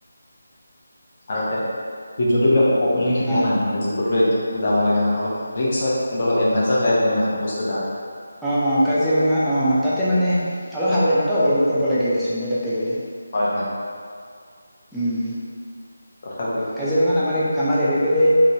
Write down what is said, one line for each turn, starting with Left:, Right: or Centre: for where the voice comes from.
Left: <unintelligible> যি যোনটো বিলাক অপেনলি থাকে
Centre: অ
Left: না মানে যি ক'ত লৈ যাব লাগে নাই অলপ ৰিক্স হয়। কিন্তু অলপ এডভেঞ্চাৰ টাইপ হয় না বস্তু এটা।
Centre: অঁ অঁ কাজিৰঙা অঁ তাতে মানে অলপ সাৱধানতা অৱলম্বন কৰিব লাগে দেচোন দে তাতে গ'লে।
Left: হয় হয়।
Centre: উম।
Left: তথাপিও
Centre: কাজিৰঙাত আমাৰ এই। আমাৰ এৰেপেৰে